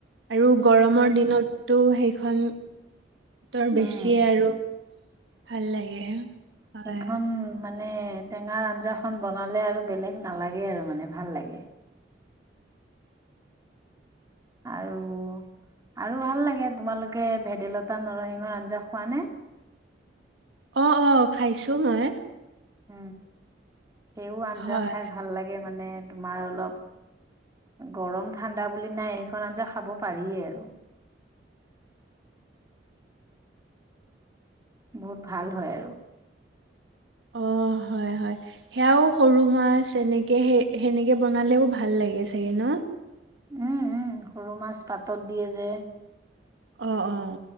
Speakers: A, on the right; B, on the right.
A: আৰু
B: উম।
A: গৰমৰ দিনত? ত' সেইখন। তৰ
B: উম।
A: বেছি আৰু। ভাল লাগে হয়।
B: সেইখন মানে টেঙাৰ আঞ্জা খ বনালে আৰু বেলেগ নালাগে আৰু মানে ভাল লাগে? আৰু আৰু ভাল লাগে তোমালোকে ভেদাইলতা নৰসিংহৰ আঞ্জা খোৱা নে।
A: অঁ অঁ খাইছো মই।
B: উম সেইও আঞ্জা
A: হয়
B: খাই ভাল লাগে মানে? তোমাৰ অলপ গৰম ঠাণ্ডা বুলি নাই সেইখন আঞ্জা খাব পাৰিয়েই আৰু। বহুত ভাল হয় আৰু।
A: অঁ হয় হয়। সেয়াও সৰু মাছ এনেকৈ? তাকে সেই সেনেকে বনালেও ভাল লাগে চাগে ন।
B: উম উম সৰু মাছ পাতত দিয়ে যে।
A: অঁ অঁ